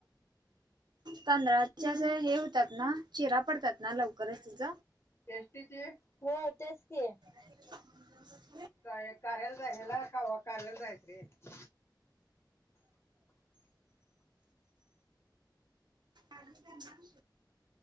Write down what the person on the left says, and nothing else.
एसटी चे हो तेस की.
का कार्याला जाय ह्याला का कार्याला जायच हाय.